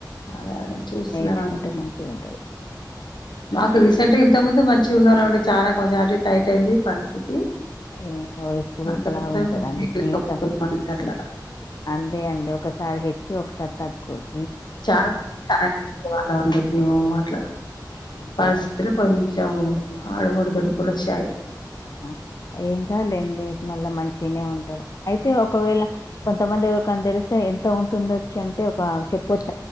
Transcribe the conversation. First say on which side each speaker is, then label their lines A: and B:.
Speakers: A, on the left; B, on the left.
A: అదే అదే చూస్తున్నామండి
B: నేర్చుకుంటే మంచిగా ఉంటది
A: మాకు రీసెంట్ గా ఇంత ముందు మంచిగా ఉండ వాళ్ళ ఉంటే చాలా కొంచెం ఆల్రెడీ టైట్ అయింది పరిస్థితి
B: ఏ ఓ ఇప్పుడు
A: అందుకోసం
B: ఒకలాగు ఉంటది అంది
A: చేయలేకపోతున్నాం
B: జీవితం
A: అండి అట్లా
B: ఇ అంతే అండి ఒకసారి హెచ్చి ఒకసారి తగ్కువదు
A: చాలా వాళ్ళం అండి మేము అట్లా
B: అంతేనా
A: పరిసతుల కొంచెం ఆడువడుదడు కులచ్చాయి
B: ఆ ఏంకాలండి మళ్ళా మంచినే ఉంటారు అయితే ఒకవేళ కొంతమంది ఎరికని తెరిస్తే ఎంత ఉంటుండొచ్చు అంటే ఒక చెప్పొచ్చు